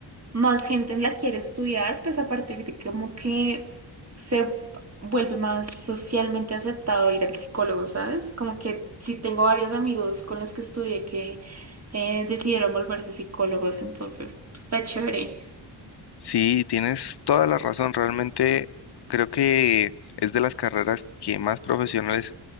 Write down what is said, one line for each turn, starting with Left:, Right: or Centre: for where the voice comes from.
Right: más gente la quiere estudiar, pues a partir de como que se vuelve más socialmente aceptado ir al psicólogo, ¿sabes? Como que sí tengo varios amigos con los que estudié que eh, decidieron volverse psicólogos, entonces pues, está chévere.
Left: Sí, tienes toda la razón, realmente creo que es de las carreras que más profesionales